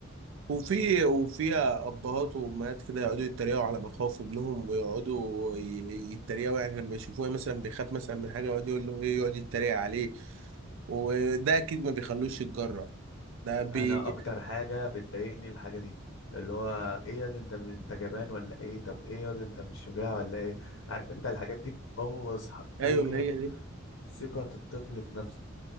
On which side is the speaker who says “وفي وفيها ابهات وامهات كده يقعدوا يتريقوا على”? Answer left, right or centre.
Right